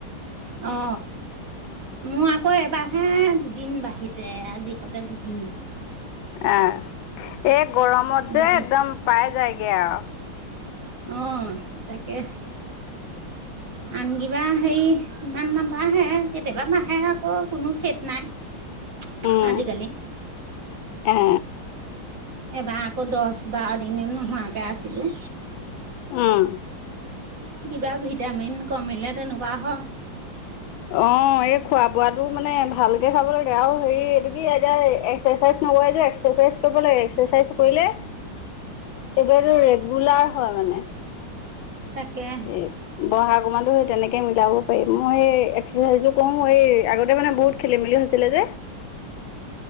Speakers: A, on the right; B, on the left.
A: অ মোৰ আকৌ এবাৰহে দুদিন বাঢ়িছে আজি হঁতে দুদিন
B: আহ এই গৰমত
A: দুদিন
B: যে একদম পাই যায়গে আৰু
A: অ তাকে আন কিবা হেৰি ইমান নাবাঢ়ে কেতিয়াবা বাঢ়ে আকৌ কোনো ঠেট নাই <inaudible>
B: উম
A: আজিকালি
B: এ
A: এইবাৰ আকৌ দহ বাৰ দিন নোহোৱাকে আছিলোঁ।
B: উম
A: কিবা ভিটামিন কমিলে তেনেকুৱা হয়।
B: অ এই খোৱা বোৱাটো মানে ভালকে খাব লাগে আৰু হেৰি এইটো কি এতিয়া একচাৰচাইজ নকয় যে একচাইজ কৰিব লাগে একচাইজ কৰিলে
A: <inaudible>
B: এইবতটো ৰেগুলাৰ হয় মানে
A: তাকে
B: এ বহাগ অকণমানো সেই তেনেকে মিলাব পাৰি মই এক্সাৰচাইজো কৰো এই আগতে মানে বহুত খেলি মেলি হৈছিলে যে <unintelligible>
A: <inaudible>